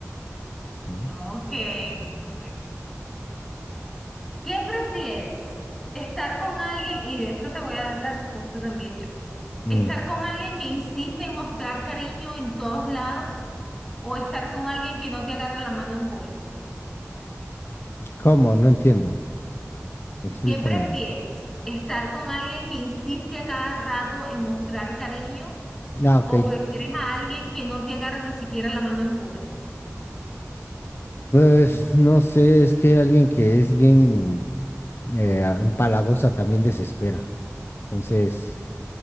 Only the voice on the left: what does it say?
Mm,
mm,
¿Cómo? No entiendo. Explícamela.
Ah, ok.
Pues no sé, es que alguien que es bien eh, empalagosa también desespera. Entonces,